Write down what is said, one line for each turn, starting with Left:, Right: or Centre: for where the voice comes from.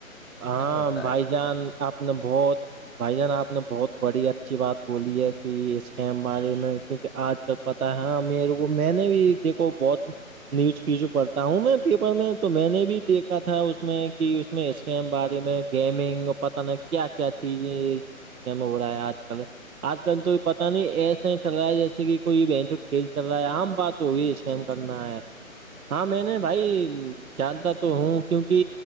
Right: ہاں
Left: نہیں ہوتا
Right: بھائی
Left: ہے
Right: جان آپ نے بہت بھائی جان آپ نے بہت بڑی اچھی بات بولی ہے کہ اس کےم بارے میں کیونکہ آج کل پتاہ ہے میرے کو میں نے بھی د کو بہت نیوز کیچ پڑھتا ہوں میں پیپر میں تو میں نے بھی دیکھا تھا اس میں کہ اس میں ای بارے میں گیمنگ پت نہیں کیا کیا چیزم ہو رہا ہے آج کل آج کل تو پتا نہیں ایسا ہی چل رہا ہے جیسے کہ کوئی بہن جو کھیل چل رہا ہے عام بات تو بھی اسکم کرنا ہے ہاں میں نے بھائی جانتا تو ہوں کیونکہ